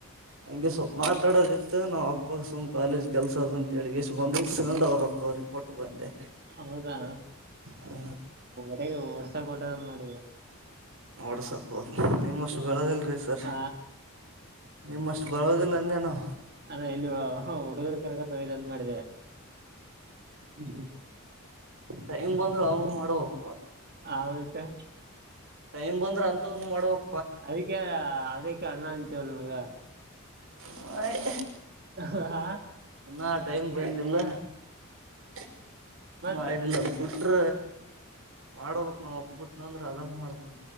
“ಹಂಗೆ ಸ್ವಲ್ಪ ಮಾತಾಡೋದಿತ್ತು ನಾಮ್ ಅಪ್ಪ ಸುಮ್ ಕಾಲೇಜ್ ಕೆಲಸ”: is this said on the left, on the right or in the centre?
Right